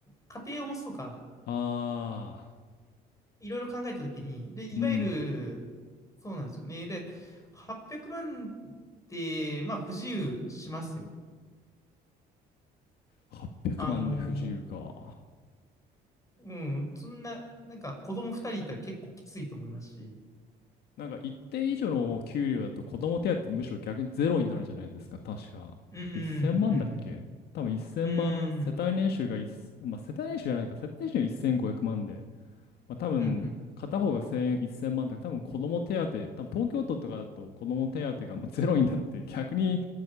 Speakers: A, on the left; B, on the left.
A: 家庭を持つとか、
B: ああ、
A: いろいろ考えたときに、で、
B: うん。
A: いわゆる、そうなんですよね。で、800万って、まあ、不自由しますよ。
B: 800万で不自由か。
A: あの、うん、そんな、なんか、子供2人いたら結構きついと思いますし。
B: なんか一定以上の給料だと子供手当むしろ逆にゼロになるじゃないですか、確か。
A: うん、
B: 1000万だっけ多分1000万、
A: うん、うん、
B: 世帯年収がいっまあ世帯年収じゃないか、
A: うん、
B: 世帯年収が1500万で、まあ多分片方が1000円、
A: うん、うん、
B: 1000万とか、多分子供手当、多分東京都とかだと子供手当がまあゼロになって、逆に